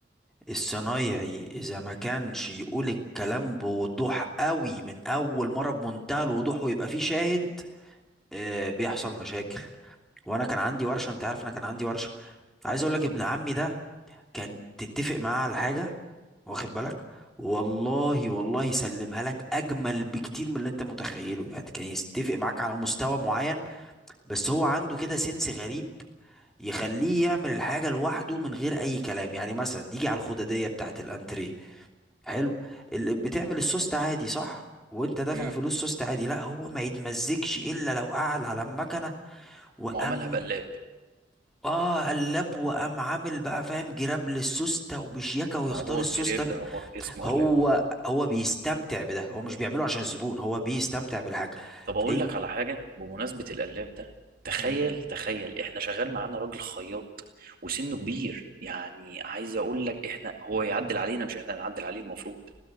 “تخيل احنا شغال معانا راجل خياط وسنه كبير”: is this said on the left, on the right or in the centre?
Right